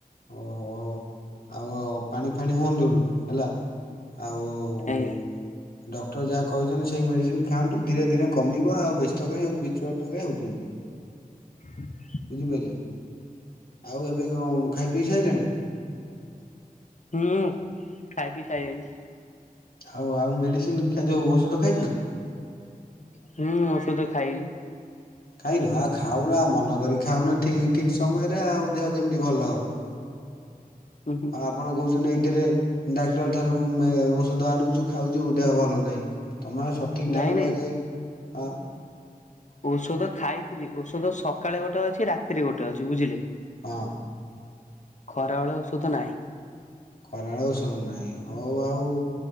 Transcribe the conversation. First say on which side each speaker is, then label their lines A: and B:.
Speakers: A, on the left (about 80°); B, on the left (about 55°).
A: ଓହୋ ଆଉ ପାଣି ଫାଣି ହୁଅନ୍ତୁନି ହେଲା। ଆଉ
B: ଆଜ୍ଞା
A: ଉଁ। ଡକ୍ଟର ଯାହା କହିଛନ୍ତି ସେଇ ମେଡ଼ିସିନ ଖାଆନ୍ତୁ ଧୀରେ ଧୀରେ କମିବ ଆଉ ବ୍ୟସ୍ତ କାଇଁ ହଉଚ ବିଚଳିତ କାଇଁ ହଉଛନ୍ତି?
B: ହୁଁ।
A: ବୁଝିପାଇଲେ ଆଉ ଏବେ କଣ ଖାଇ ପିଇ ସାଇଲେଣି?
B: ହୁଁ ଖାଇ ପି ସାଇଲେଣି।
A: ହଉ ଆଉ ମେଡିସିନ ଖା ଯୋଉ ଔଷଧ ଖାଇଛନ୍ତି?
B: ହୁଁ ଔଷଧ ଖାଇବି।
A: ଖାଇନ ଆଉ ଖାଉନା ମନ କରି ଖାଉନ ଠିକ ଠିକ୍ ସମୟରେ ଆଉ ଦେହ କେମିତି ଭଲ ହବ।
B: ହୁଁ। ହୁଁ
A: ଆଉ ଆପଣ କହୁଛନ୍ତି ଏଇଥିରେ ଡାକ୍ତର ଠାରୁ ମେ ଔଷଧ ଆଣୁଛୁ ଖାଉଛୁ ଦେହ ଭଲ ନାହିଁ। ତମେ ଆଉ ସଠିକ୍
B: ନାଇଁ
A: ଟାଇମ ରେ
B: ନାଇଁ
A: ଆଗେ ହା।
B: ଔଷଧ ଖାଇଥିଲି ଔଷଧ ସକାଳେ ଗୋଟେ ଅଛି ରାତିରେ ଗୋଟେ ଅଛି। ବୁଝିଲେ?
A: ହଁ।
B: ଖରାବେଳେ ଔଷଧ ନାହିଁ।
A: ଖରାବେଳେ ଔଷଧ ନାହିଁ ହଉ ଆଉ।